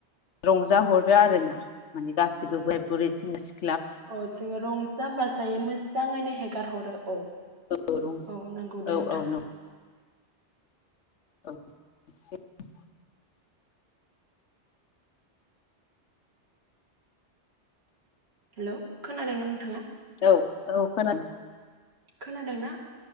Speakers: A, on the left (about 80°); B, on the right (about 60°).
A: रंजाहरो आरोना माने गासिबो बोराइ बुरै सें सिख
B: औ जोङो रंजा-बाजायै मोजाङैनो हेगार हरो। औ
A: रंजा
B: औ नंगौ दे
A: औ
B: नोंथां।
A: नौ औ <unintelligible>
B: हेलौ खोनादोंना नोंथाङा?
A: औ औ खोनाद
B: खोनादों ना?